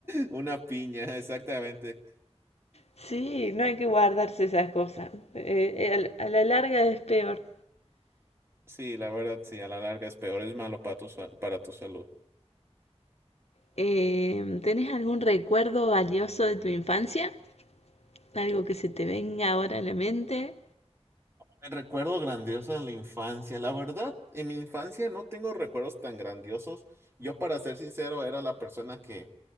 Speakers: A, on the right (about 20°); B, on the left (about 70°).
A: Una piña, exactamente.
B: Sí, no hay que guardarse esas cosas. Eh, a la larga es peor.
A: Sí, la verdad, sí, a la larga es peor, es malo para tu, sal- para tu salud.
B: Eh, ¿tenés algún recuerdo valioso de tu infancia? ¿Algo que se te venga ahora a la mente?
A: Recuerdo grandioso en la infancia. La verdad, en mi infancia no tengo recuerdos tan grandiosos. Yo, para ser sincero, era la persona que,